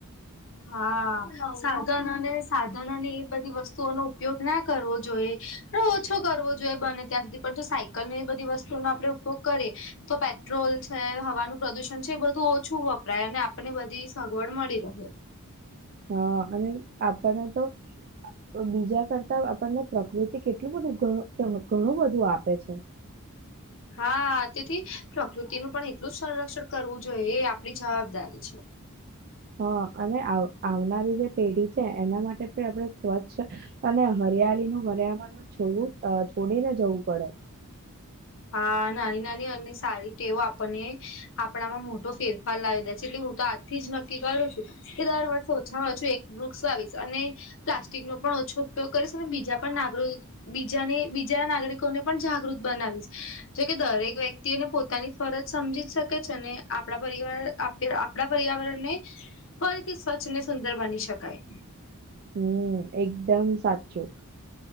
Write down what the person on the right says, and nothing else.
હા અને આપને તો તો બીજા કરતા આપણને પ્રકૃતિ કેટલું બધું ઘણું બધું આપે છે.
હા અને આવ આવનારી જે પેઢી છે એના માટે પણ આપણે સ્વચ્છ અને હરિયાળી નું પર્યાવરણ છોડવું છોડીને જવું પડે.
હમ્મ એકદમ સાચું